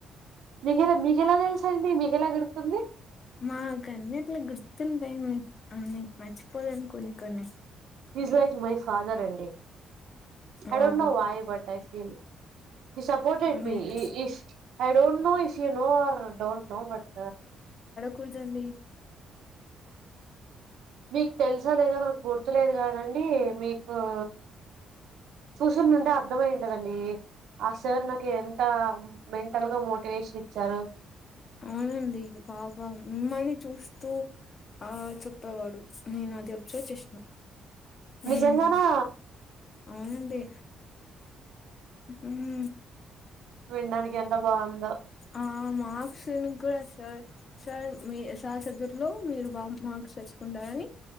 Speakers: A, on the right; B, on the left.
A: మీగెలా మీకెలా తెలుసు అండి మీకు ఎలా గుర్తుంది
B: మాకు అన్ని అట్లా గుర్తుంటాయి అన్ని మర్చిపోలేం కొన్ని కొన్ని
A: ఈస్ లైక్ మై ఫాదర్ అండి I don't
B: wow
A: no why but I feel he supported
B: మీరు
A: me ఇ ఇఫ్ ఐ డోట్ నువ్ ఇష్ to know or don't know but
B: కూడదండి
A: మీకు తెలుసో లేదో నాకు గుర్తులేదు కాదండి మీ ఓ చూసినుంటే అర్థమై కదండి ఆ సార్ నాకు ఎంత మెంటల్ గా మోటివేషన్ ఇచ్చారు
B: అవునండి బాగా మిమ్మల్ని చూస్తూ ఆ చెప్పేవాడు నేను అది అబ్సర్వ్ చేస్నా
A: నిజంగానా
B: మ్ అవునండి ఊహు
A: వినడానికి ఎంత బాగుందో
B: ఆ మార్క్స్ కూడా సార్ సార్ మీ సార్ సబ్జెక్ట్ లో మీరు బాగా మార్క్స్ తెచ్చుకుంటారని